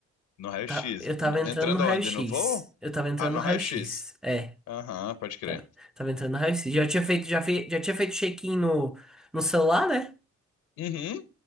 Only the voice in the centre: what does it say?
tá, eu tava
entrando
no raio-x,
eu tava entrando
no raio-x,
é,
tava, tava entrando no raio-x. Já tinha feito, já, fe, já tinha feito check-in no, no celular, né?